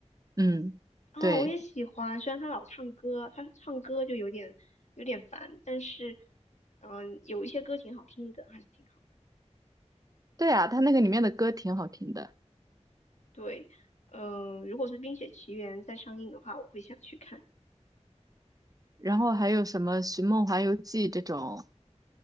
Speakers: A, on the right (about 30°); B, on the left (about 70°).
A: 嗯，
B: 啊，
A: 对
B: 我也喜欢，虽然他老唱歌，他唱歌就有点有点烦，但是嗯、有一些歌挺好听的，还是挺好。
A: 对啊，它那个里面的歌挺好听的，
B: 对，嗯、如果是《冰雪奇缘》在上映的话，我会想去看。
A: 然后还有什么《寻梦环游记》这种，